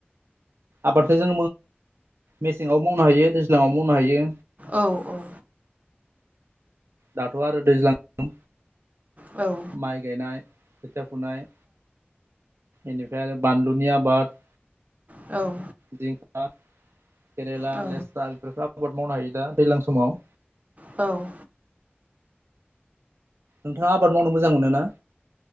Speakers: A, on the right (about 85°); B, on the right (about 40°).
A: आबादखौ जों मेसेङाव मावनो हायो दैज्लाङाव मावनो हायो।
B: औ औ
A: दाथ' आरो दैज्लां
B: औ
A: माइ गायनाय खोथिया फुनाय एनिफ्राय आरो बानलुनि आबाद
B: औ
A: जिंखा केरेला
B: औ
A: लेस्रा बेफोरखौ आबाद मावनो हायो दा दैलां समाव।
B: औ
A: नोंथाङा आबाद मावनो मोजां मोनो ना?